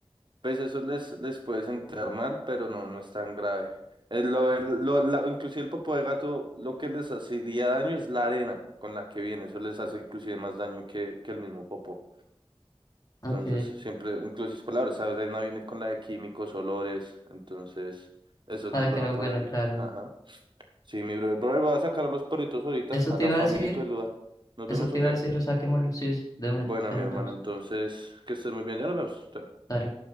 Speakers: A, on the right (about 50°); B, on the left (about 35°).
A: Pues eso les, les puede sentar mal, pero no, no es tan grave. Es lo, el- lo- la- inclusive el popo de gato lo que les hacería daño es la arena con la que viene. Eso les hace inclusive más daño que, que el mismo popó.
B: Ok,
A: Entonces, siempre, inclusive por la hora, esa arena viene con la de químicos, olores. Entonces, eso
B: para
A: no es bueno
B: que no
A: para
B: huela,
A: él.
B: claro.
A: Ajá. Sí, mi brother. Brother, voy a sacar a los perritos ahorita,
B: Eso
A: a
B: te
A: la
B: iba
A: familia
B: a decir,
A: peluda. ¿Nos
B: eso
A: vemos
B: te
A: o qué?
B: iba a decir, o saquémoslo, sí, sí, de una,
A: Buena,
B: ya
A: mi
B: nos
A: hermano.
B: vemos.
A: Entonces, que estés muy bien. Ya nos vemos. Chao.
B: Dale.